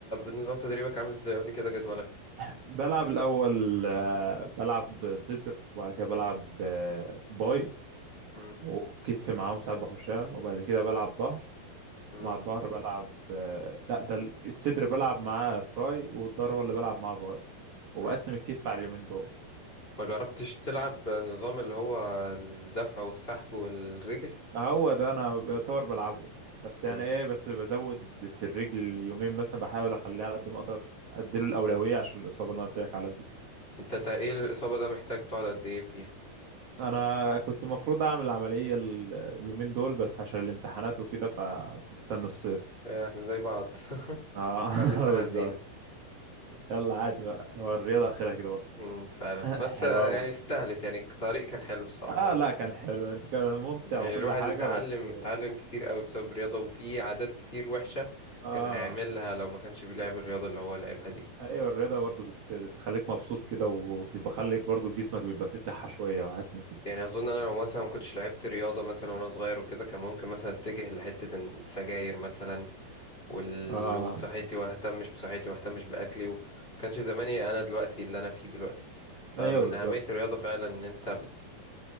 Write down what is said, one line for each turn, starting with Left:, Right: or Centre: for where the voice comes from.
Left: نظام تدريبك عامل ازاي قولي كده جدولك
Right: بلعب الاول آه، بلعب صدر وبعد كده بلعب آه، باي
Left: مم.
Right: وكتف معاهم ساعات بخشها وبعد كده بلعب ظهر
Left: مم.
Right: ومع الظهر بلعب آه، لا ده الصدر بلعب معاه تراي والظهر هو اللي بلعب معاه باي وبقسم
Left: مم.
Right: الكتف على اليومين دول
Left: ما جربتش تلعب نظام اللي هو الدفع والسحب والرجل
Right: ما هو ده انا بيعتبر بلعبه بس يعني
Left: مم.
Right: ايه بس بزود في الرجل يومين مثلا بحاول اخليه على قد ما اقدر اديله الاولويه عشان الاصابه اللي انا قلت لك عليها دي
Left: انت تقيل الإصابة ده محتاج تقعد قد ايه فيه
Right: انا كنت المفروض اعمل العمليه ال- اليومين دول بس عشان الامتحانات وكده فمستني الصيف
Left: آه، احنا زي بعض <laughs>
Right: اه
Left: قعدتنا
Right: <laughs> بالظبط
Left: حزينة
Right: يلا عادي بقى هو الرياضه اخرها كده برضه
Left: مم، فعلا بس
Right: <laughs> حلو
Left: آه،
Right: أوي
Left: يعني استاهلت يعني الطريق كان حلو الصراحة
Right: اه
Left: ما كنت
Right: لا كان حلو انت كان ممتع
Left: مم، يعني
Right: وكل
Left: الواحد
Right: حاجه
Left: اتعلم
Right: بس
Left: اتعلم كتير قوي بسبب الرياضة وفي عادات كتير وحشة
Right: اه
Left: كان هيعملها لو ما كانش بيلعب الرياضة اللي هو لعبها دي
Right: ايوه الرياضه برضو بت... بتخليك مبسوط كده وبيبقى خليك برضو جسمك بيبقى فيه صحه شويه وحاجات من كده
Left: يعني أظن أنا لو مثلا ما كنتش لعبت رياضة مثلا وأنا صغير وكده كان ممكن مثلا أتجه لحتة السجاير مثلا ولو
Right: اه
Left: صحتي واهتمش بصحتي ما اهتمش باكلي و- كانش زماني انا دلوقتي اللي انا فيه دلوقتي فمن
Right: ايوه بالظبط
Left: اهمية الرياضة فعلا ان انت بت...